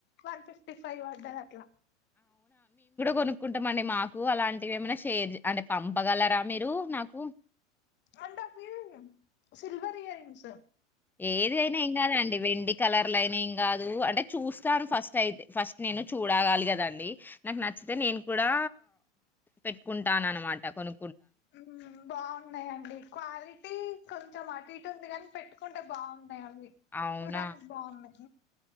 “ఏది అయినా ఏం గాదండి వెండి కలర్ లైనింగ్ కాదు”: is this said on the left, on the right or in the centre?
Centre